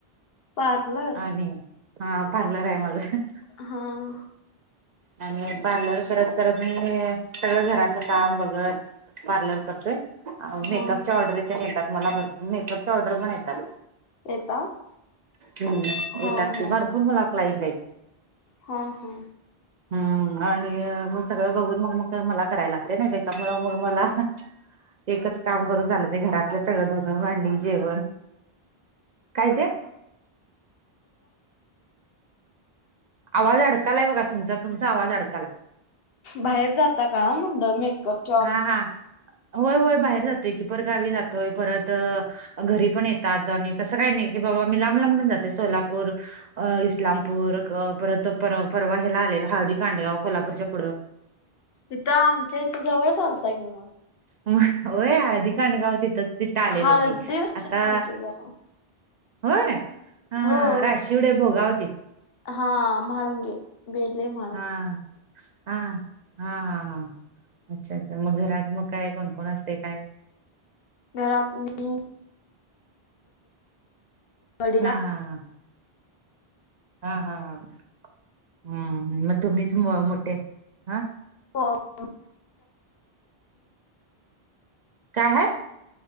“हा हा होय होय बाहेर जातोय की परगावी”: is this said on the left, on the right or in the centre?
Right